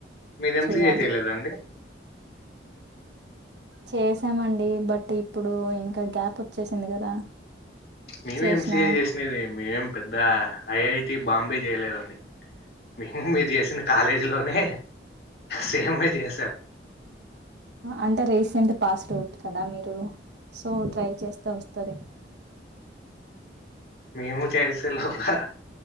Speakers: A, on the left; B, on the right.
A: మీరు ఎంసిఏ
B: చెయ్యాలి
A: చేయలేదండీ
B: చేసామండి బట్ ఇప్పుడు ఇంకా గ్యాప్ వచ్చేసింది కదా
A: మేము
B: చేసిన
A: ఎంసిఏ చేసినదే మేమేం పెద్ద ఐఐటి బాంబే చేయలేదండి మేము మీరు చేసిన కాలేజీ లోనే సేమ్ చేసాం
B: అంటే రీసెంట్ పాస్ డౌట్ కదా మీరు సో ట్రై చేస్తే వస్తది
A: మేము చేసే లోపల